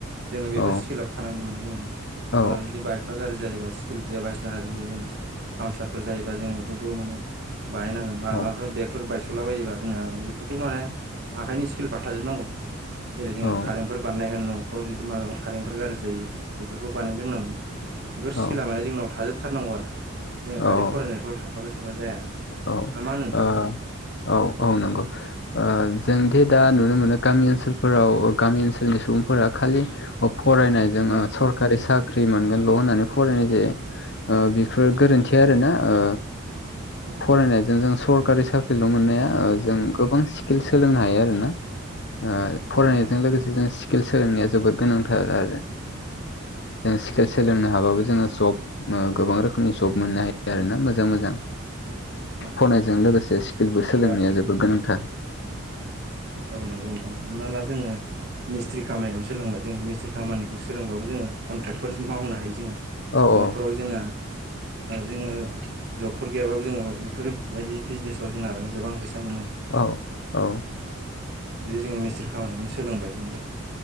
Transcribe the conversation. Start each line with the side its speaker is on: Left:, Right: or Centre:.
Right: जोङो बेफोर
Left: औ
Right: स्किलाबो थानांगोन माने जोङो
Left: औ
Right: मालाबा जुदि बाइकफ्रा गारजि जायोबा स्किल <unintelligible> बायसिना पामसारफोर जायोबा जोङो इफोरखौ माने बानायनांगोन। बा माबाफोर
Left: औ
Right: ब्रेकफोर बायस'लाबायोबा जोंना बेफोरखौ माने आखाइनि स्किलफ्रा थाजोबनांगौ। जेरै जोङो
Left: औ
Right: कारेन्टफोर बानायनाय होन न फ्राव जुदि माबा कारेन्टफोर गाज्रि जायो बेफोरखौ बानायनो रोंनांगोन बेफोर
Left: औ
Right: स्किला माने जोंनाव थाजोब थारनांगौ आरो जोङो खालि
Left: औ
Right: फरायनायखौल' थांफ्लाबाय थाबा जाया
Left: औ
Right: ना मा होनो नोंथां?
Left: ओ औ औ नंगौ ओ जोंदि दा नुनो मोनो गामि ओनसोलफोराव गामि ओनसोलनि सुबुंफोरा खालि फरायनायजों
Right: औ
Left: ओ सरकारि साख्रि मोनगोनल' होननानै फरायनाय जायो। ओ बेफोर गोरोन्थि आरोना ओ
Right: औ
Left: ओ फरायनायजों जों सरकारि साक्रिल' मोननाया ओ जों गोबां स्किल सोलोंनो हायो आरोना। ओ
Right: औ
Left: फरायनायजों
Right: नोंथां
Left: लोगोसे जों स्किल सोलोंनाया जोबोद गोनांथार आरो। जों स्केल सोलोंनो हाबाबो जोङो जब ओ गोबां रोखोमनि ज ब मोननो हायो आरोना मोजां मोजां।
Right: औ
Left: फनायजों लोगोसे स्किलबो
Right: औ
Left: सोलोंनाया जोबोद
Right: औ
Left: गोनांथार।
Right: औ नंगौ नोंथां हमना ला जोङो मिस्ट्रि खामानिखौनो सोलोंबाय जोङो मिस्ट्रि खामानिखौ सोलोंबाबो जोङो कन्ट्रेकफोर मावनो हायो जोङो
Left: औ
Right: न'फोराव
Left: औ
Right: जोङा जोङो जबफोर गैयाबाबो जोङो इफोरबायदि बिजनेसाव जोंना माने गोबां फैसा मोनो।
Left: औ औ
Right: बिदि जोङो मिस्ट्रि खामानिखौनो सोलोंबाय जोङो